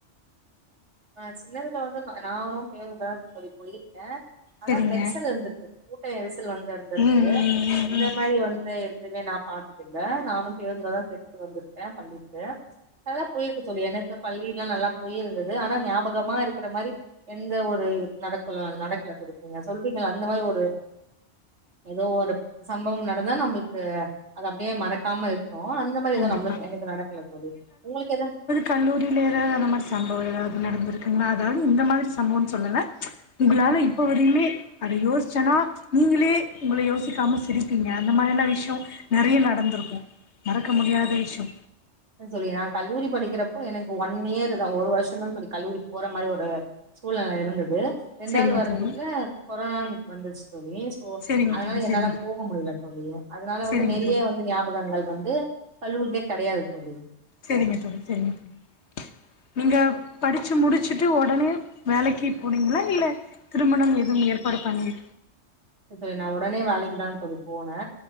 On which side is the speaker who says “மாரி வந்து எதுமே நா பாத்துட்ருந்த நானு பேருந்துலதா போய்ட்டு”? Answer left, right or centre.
Right